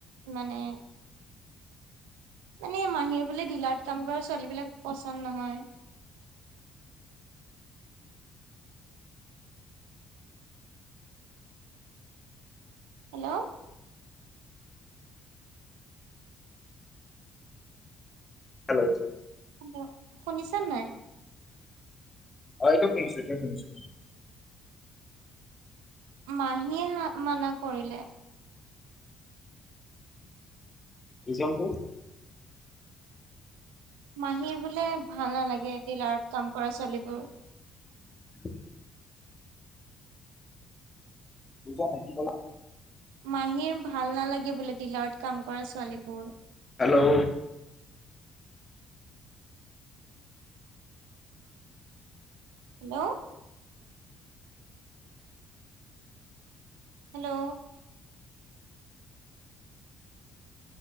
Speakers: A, on the right (about 85°); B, on the left (about 30°).
A: মানে এনে মাহীৰ বোলে, ডিলাৰত কাম কৰা ছোৱালীবিলাক পচন্দ নহয়। হেল্লো'।
B: হেল্লো'।
A: হেল্লো'। শুনিছা নে নাই?
B: হয়, এতিয়া শুনিছোঁ, এইটোয়ে শুনিছোঁ।
A: মাহীয়ে হা মানা কৰিলে।
B: ৰিজনটো?
A: মাহীয়ে বোলে ভাল নালাগে, ডিলাৰত কাম কৰা ছোৱালীবোৰ।
B: উম। বুজা নাই কি কলা?
A: মাহীৰ ভাল নালাগে বোলে। ডিলাৰত কাম কৰা ছোৱালীবোৰ।
B: হেল্লো'।
A: হেল্ল'। হেল্ল'।